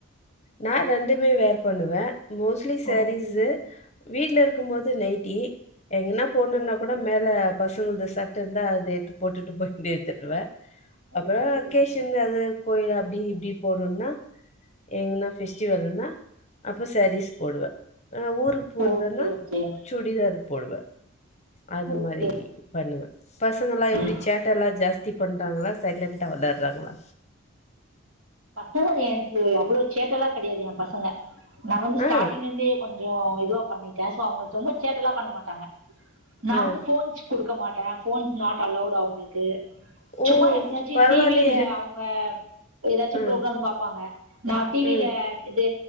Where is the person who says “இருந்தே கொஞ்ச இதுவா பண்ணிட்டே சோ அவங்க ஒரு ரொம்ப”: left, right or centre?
Right